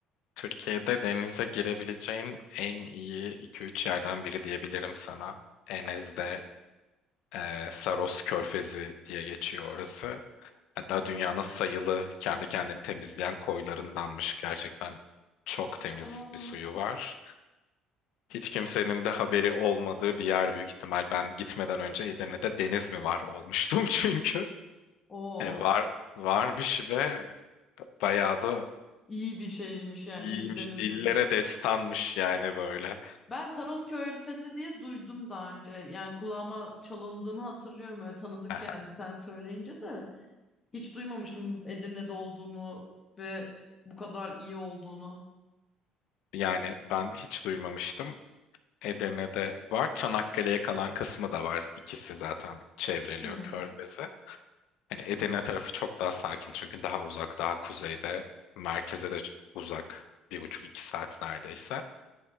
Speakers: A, on the left; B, on the left.
A: Türkiye'de denize girebileceğin en iyi iki üç yerden biri diyebilirim sana. Enes'de Ee, Saros Körfezi diye geçiyor orası. Hatta dünyanın sayılı kendi kendini temizleyen koylarındanmış. Gerçekten çok temiz
B: Aa,
A: bir suyu var. Hiç kimsenin de haberi olmadığı bir yer büyük ihtimal. Ben gitmeden önce Edirne'de deniz mi var olmuştum <laughs> çünkü.
B: o
A: Yani var varmış ve bayağı da
B: iyi bir şeymiş ya,
A: iyiymiş.
B: iyi bir denizmiş.
A: Dillere destanmış yani böyle.
B: Ben Sarosköy Körfezi diye duydum daha önce. Yani kulağıma çalındığını hatırlıyorum. Öyle tanıdık
A: Aha.
B: geldi sen söyleyince de. Hiç duymamıştım Edirne'de olduğunu ve bu kadar iyi olduğunu.
A: Yani ben hiç duymamıştım. Edirne'de var. Çanakkale'ye kalan kısmı da var. İkisi zaten çevreliyor
B: Hmm.
A: Körfez'i. Hani Edirne tarafı çok daha sakin çünkü daha uzak, daha kuzeyde. Merkeze de ç- uzak. Bir buçuk iki saat neredeyse.